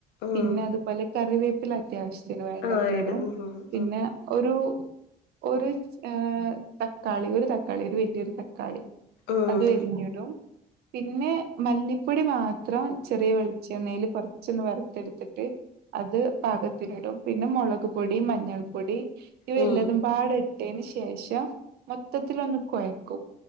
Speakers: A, on the left; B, on the right.
A: ഉം
B: പിന്നെ അതുപോലെ കറിവേപ്പില അത്യാവിശ്യത്തിന് വേണ്ടത്ര
A: ആഹ് ഇട്
B: ഇടും
A: ഉം ഉം
B: പിന്നെ ഒരു ഒര് ഏ തക്കാളി ഒരു തക്കാളി ഒരു വലിയൊരു തക്കാളി
A: ഉം
B: അതും എരിഞ്ഞിടും പിന്നെ മല്ലിപ്പൊടി മാത്രം ചെറിയ വെളിച്ചെണ്ണയിൽ കൊറച്ചൊന്ന് വറുത്തെടുത്തിട്ട് അത് പാകത്തിനിടും പിന്നെ മുളക് പൊടി മഞ്ഞൾ പൊടി ഇവ
A: ഉം
B: എല്ലാതും പാട ഇട്ടന് ശേഷം മൊത്തത്തി ഒന്ന് കുഴക്കും